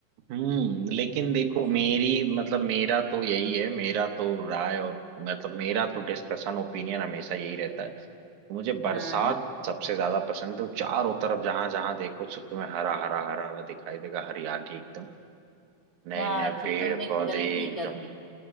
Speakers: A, on the right (about 75°); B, on the left (about 85°).
A: हम्म लेकिन देखो
B: जी
A: मेरी
B: जी
A: मतलब मेरा तो यही है मेरा तो राय और मतलब मेरा तो डिस्कशन ओपिनियन हमेशा यही रहता है तो मुझे बरसात
B: हाँ
A: सबसे ज्यादा पसंद है तो चारों तरफ जहां जहां देखो सब तुम्हें हरा हरा हरा हरा दिखाई देगा हरियाली एकदम नए
B: यार
A: नए
B: फिर
A: पेड़
B: तुमने
A: पौधे
B: गलती
A: एकदम
B: कर दी